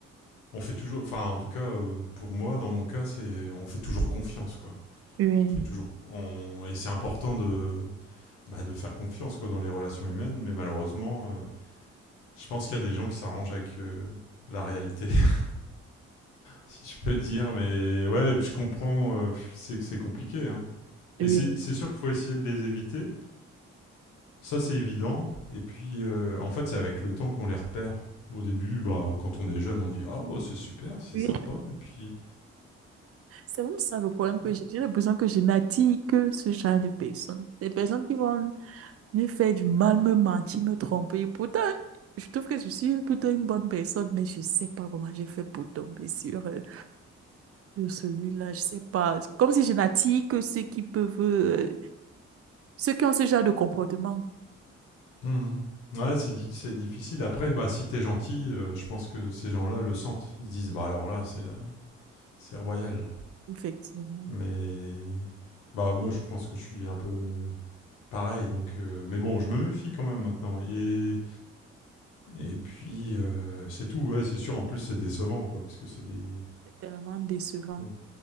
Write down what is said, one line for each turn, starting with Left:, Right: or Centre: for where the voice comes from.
Left: on fait toujours, enfin, en tout cas, euh, pour moi, dans mon cas, c'est on fait toujours confiance, quoi.
Right: Oui,
Left: On fait toujours, on- et c'est important de, bah, de faire confiance, quoi, dans les relations humaines. Mais malheureusement, euh, je pense qu'il y a des gens qui s'arrangent avec euh, la réalité, <laughs> si je peux dire. Mais ouais, je comprends, euh, c'est c'est compliqué, hein.
Right: oui,
Left: Et c'est c'est sûr qu'il faut essayer de les éviter. Ça, c'est évident. Et puis, euh, en fait, c'est avec le temps qu'on les repère. Au début, bah, quand on est jeune, on dit Ah, bah, c'est super, c'est
Right: oui.
Left: sympa. Et puis.
Right: C'est même ça le problème
Left: Ouais,
Right: que j'ai. J'ai l'impression que je n'attire que ce genre de personnes. Des personnes qui vont me faire du mal, me mentir, me tromper. Pourtant, je trouve que je suis plutôt une bonne personne, mais je sais pas comment j'ai fait pour tomber sur eux. de celui-là, je sais pas. Comme si je n'attire que ceux qui peuvent, euh, ceux qui ont ce genre de comportement.
Left: Mhm. Ouais, c'est di- c'est difficile. Après, bah, si t'es gentil, euh, je pense que ces gens-là le sentent. Ils se disent Bah, alors là, c'est là, c'est royal.
Right: Effectivement,
Left: Mais. Bah, moi, je pense que je suis un peu pareil. Donc, euh, Mais bon, je me méfie quand même maintenant. Et, et puis, euh, c'est tout. Ouais, c'est sûr. En plus, c'est décevant, quoi. Parce que c'est des.
Right: c'est tellement décevant.
Left: Ouais.